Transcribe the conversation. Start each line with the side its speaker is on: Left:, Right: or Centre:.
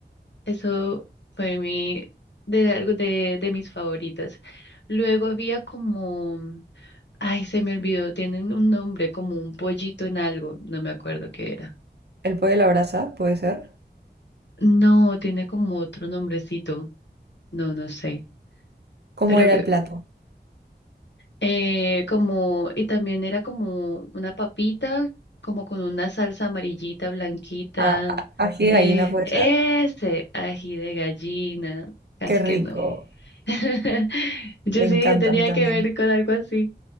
Left: Eso fue mi de, la- de, de mis favoritas. Luego había como, ay, se me olvidó, tienen un nombre, como un pollito en algo, no me acuerdo qué era.
Right: ¿El pollo a la brasa puede ser?
Left: No, tiene como otro nombrecito, no, no sé.
Right: ¿Cómo
Left: Pero
Right: era el plato?
Left: Eh, como, y también era como una papita, como con una salsa amarillita, blanquita.
Right: Ah, a- ají
Left: Eh,
Right: de gallina puede
Left: ese
Right: ser.
Left: ají de gallina, casi
Right: Qué rico.
Left: que no. <laughs> Yo
Right: Me
Left: sí
Right: encanta
Left: tenía
Right: a mí también.
Left: que ver con algo así.